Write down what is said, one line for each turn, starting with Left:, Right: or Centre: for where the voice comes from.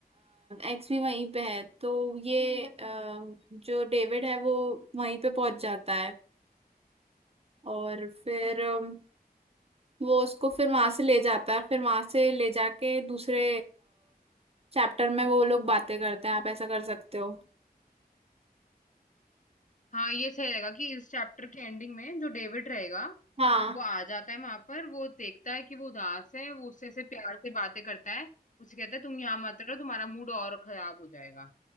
Right: एक्स भी वहीं पे है तो ये अम, जो डेविड है वो वहीं पे पहुंच जाता है और फिर अम, वो उसको फिर वहां से ले जाता है फिर वहां से ले जाके दूसरे चैप्टर में वो लोग बातें करते हैं आप ऐसा कर सकते हो
Left: हाँ ये सही रहेगा कि इस चैप्टर के एंडिंग में जो डेविड रहेगा
Right: हाँ
Left: वो आ जाता है वहां पर वो देखता है कि वो उदास है वो उससे से प्यार से बातें करता है उसे कहता है तुम यहाँ मत रहो तुम्हारा मूड और खराब हो जाएगा